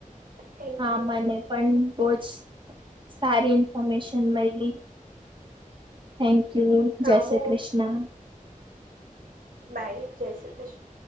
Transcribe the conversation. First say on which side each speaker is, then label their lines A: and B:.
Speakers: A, on the right; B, on the right.
A: થેન્ક
B: હા
A: યુ
B: મને પણ બહુ જ સારી ઇન્ફોમેશન મ‌ઇ ગ‌ઇ. Thank you.
A: હા
B: જય શ્રી
A: હું
B: કૃષ્ણ.
A: બાય જય શ્રી કૃષ્ણ.